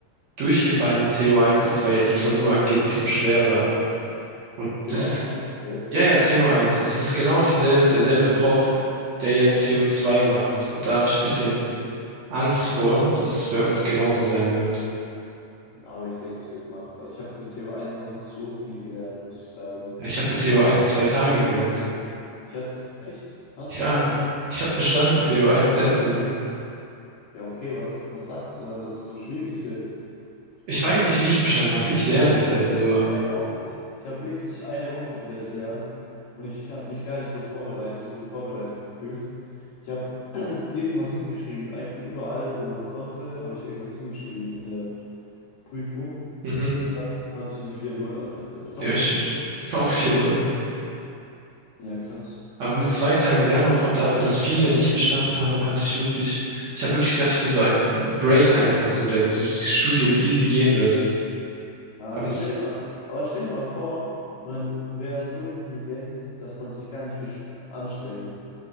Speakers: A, on the right; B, on the left.
A: durchgefallen in TO1 jetzt, weil ja die Klausur angeblich so schwer war. Und
B: Theo
A: das
B: 1
A: ist,
B: meinte er.
A: ja, ja, to eins Und das ist genau dieselbe, derselbe Prof, der jetzt to zwei macht. Und da habe ich ein bisschen Angst vor, dass es bei uns genauso sein wird.
B: Aber ich denke, es wird machbar. Ich habe für Theo 1 auch nicht so viel gelernt, muss ich sagen.
A: Ja, Ich habe für to eins zwei Tage gelernt.
B: Ich hatte, echt? Hast
A: Ja,
B: du bestanden?
A: ich habe bestanden, to eins Erstversuch.
B: Ja, okay, was, was sagst du dann, dass es so schwierig wird?
A: Ich weiß nicht, wie ich bestanden habe, bin ich dir ehrlich. Also,
B: Weiß auch nicht. Ich habe wirklich eine Woche vielleicht gelernt und ich habe mich gar nicht so vorbereitet, so gut vorbereitet gefühlt. Ich habe <clears throat> irgendwas hingeschrieben, einfach überall, wo man konnte, habe ich irgendwas hingeschrieben in der Prüfung.
A: mhm,
B: Hatte ich eine 4-0 am Ende. Mit was
A: ja, ich,
B: hast
A: ich-
B: du bestanden?
A: <laughs> auch vier null
B: Ja, krass.
A: Aber mit zwei Tage Lernaufwand dafür, dass viele nicht bestanden haben, hatte ich wirklich, ich habe wirklich gedacht, ich bin so ein Brain einfach so, der durch das Studium easy gehen wird.
B: Ah,
A: Aber jetzt
B: stell dir mal, aber stell dir mal vor, man wäre so intelligent, dass man sich gar nicht versch- anstrengen